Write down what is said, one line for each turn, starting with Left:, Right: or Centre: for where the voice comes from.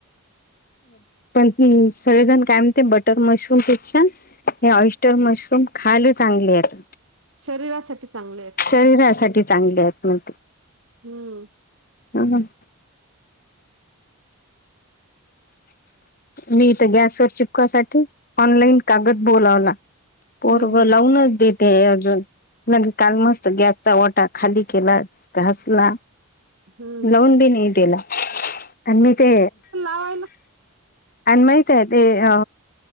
Left: पण हं सगळेजण काय म्हणते बटर मशरूम पेक्षा ते ऑस्टर मशरूम खायला चांगलेयत.
Right: शरीरासाठी चांगलेयत ते
Left: शरीरासाठी चांगलेत म्हणते.
Right: हम्म.
Left: ह ह. मी त गॅसवर चिपकासाठी, ऑनलाईन कागद बोलावला. पोरग
Right: हम्म हम्म
Left: लावूनच देत ते अजून काल मस्त गॅसचा ओटा खाली केला घासला
Right: हम्म
Left: लावून बी नाही दिला. आन मी ते
Right: ना <unintelligible>
Left: आणि माहितय ते अ